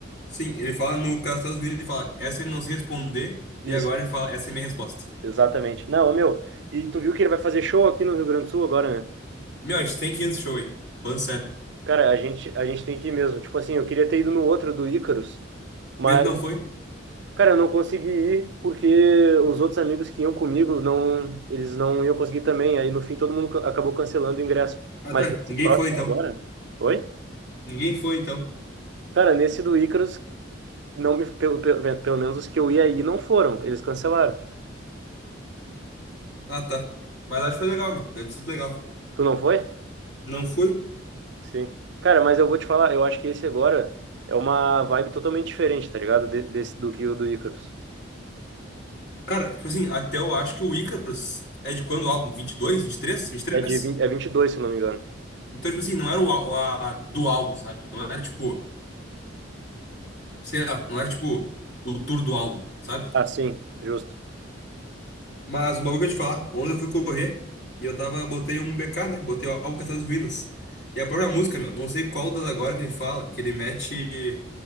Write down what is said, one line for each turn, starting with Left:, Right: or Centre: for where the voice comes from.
Left: Sim, ele fala no Castelo Unidos, ele fala, essa eu não sei responder,
Right: isso
Left: e agora ele fala, essa é a minha resposta.
Right: Exatamente. Não, ô, meu, e tu viu que ele vai fazer show aqui no Rio Grande do Sul agora, né?
Left: Meu, a gente tem que ir nesse show aí. Falando sério.
Right: Cara, a gente, a gente tem que ir mesmo. Tipo assim, eu queria ter ido no outro do Ícaros, mas,
Left: Por que tu não foi?
Right: cara, eu não consegui ir porque os outros amigos que iam comigo, não, eles não iam conseguir também. Aí no fim todo mundo ca- acabou cancelando o ingresso.
Left: Ah,
Right: Mas
Left: tá.
Right: esse
Left: Ninguém
Right: próximo
Left: foi então.
Right: agora. Oi?
Left: Ninguém foi então.
Right: Cara, nesse do Ícaros, não me, pelo, pelo, pelo menos os que eu ia aí não foram. Eles cancelaram.
Left: Ah, tá. Mas acho que foi legal, meu. Deve ter sido legal.
Right: Tu não foi?
Left: Não foi?
Right: Sim. Cara, mas eu vou te falar, eu acho que esse agora é uma vibe totalmente diferente, tá ligado? De- desse, do que o do Icarus.
Left: Cara, tipo assim, até eu acho que o Icarus é de quando o álbum? vinte vinte e e dois vinte e três vinte e
Right: É
Left: três
Right: de vinte é vinte e dois se eu não me engano.
Left: Então, tipo assim, não era o, á- o a, do álbum, sabe? Não era tipo. sei lá, não era tipo o tour do álbum, sabe?
Right: Ah, sim, justo.
Left: Mas um bagulho que eu ia te falar, ontem eu fui correr e eu tava, botei um BK, né? Botei o álbum Castelo das Ruínas. E a própria música, meu, não sei qual das agora que ele fala, que ele mete